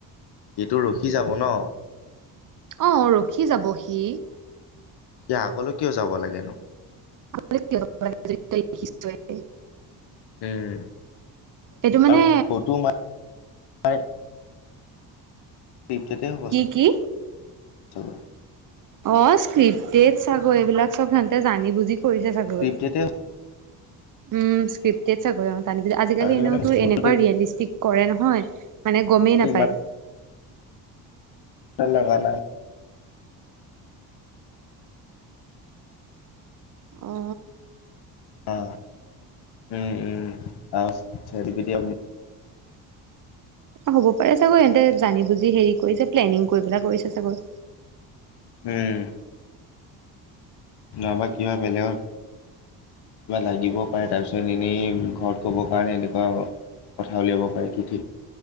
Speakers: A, on the left; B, on the right.
A: সিটো ৰখি যাব ন।
B: অ', ৰখি যাব সি।
A: ইয়া আগলৈ কিয় যাব লাগেনো?
B: <unintelligible>
A: উম
B: এইটো মানে
A: আৰু ফটো <unintelligible> দ্বীপজ্যোতিয়েও ক
B: কি কি
A: চব
B: অ স্ক্ৰিপটেড চাগৈ এইবিলাক চব সিহঁতে জানি বুজি কৰিছে চাগ
A: ক্ৰিপ্টতে
B: উম স্কট চাগৈ অান আজিকি
A: আৰু
B: এনেওতো
A: মানে ভূতো
B: এনেকুৱা
A: দেখি
B: ৰিয়েলিষ্টিক কৰে নহয় মানে গমেই নাপায়
A: ইমান ল লগানা
B: অ
A: অ উম উম চৰি পতিি
B: হ'ব পাৰে চাগৈ এহতে জানি বুজি হেৰি কৰিছে প্লেনিং কৰি পেলাই কৰিছে চাগৈ
A: উম নবা কি হয় বেলেগৰ কিবা লাগিব পাৰে তাৰপিছত এনেই ঘৰত ক'বৰ কাৰণে এনেকুৱা কথা উলিয়াব পাৰে কি ঠিক